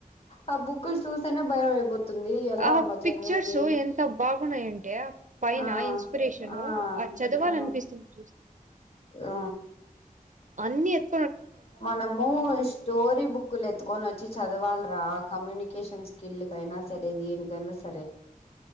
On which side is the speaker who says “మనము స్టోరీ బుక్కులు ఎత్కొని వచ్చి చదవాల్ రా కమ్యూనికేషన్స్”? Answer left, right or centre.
Left